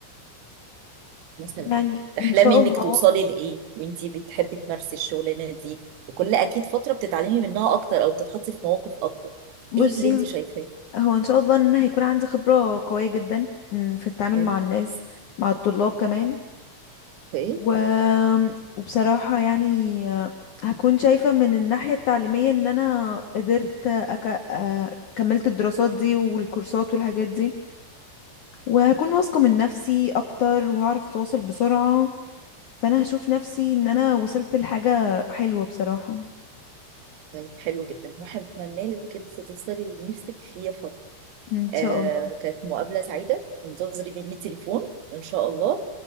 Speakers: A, on the right (about 80°); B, on the left (about 70°).
A: مثلا
B: يعني
A: تحلمي
B: ان شاء
A: انك
B: الله
A: توصلي لايه وانتي بتحبي تمارسي الشغلانه دي وكل اكيد فتره بتتعلمي منها اكتر او بتتحطي في مواقف اكتر
B: بصي
A: ايه اللي انت شايفاه
B: هو ان شاء الله ان أنا هيكون عندي خبرة قوية جدا م، في التعامل
A: حلو
B: مع الناس مع الطلاب كمان
A: ايه
B: و... وبصراحة يعني آه، هكون شايفة من الناحية التعليمية ان انا قدرت أك... آه، كملت الدراسات دي والكورسات والحاجات دي وهكون واثقة من نفسي اكتر وهعرف اتواصل بسرعة فانا هشوف نفسي ان انا وصلت لحاجة حلوة بصراحة
A: طيب حلو جدا واتمنى لك انك توصلي اللي نفسك فيه يا فاطمه
B: ان
A: آه
B: شاء الله
A: كانت مقابله سعيده وانتظري مني تليفون ان شاء الله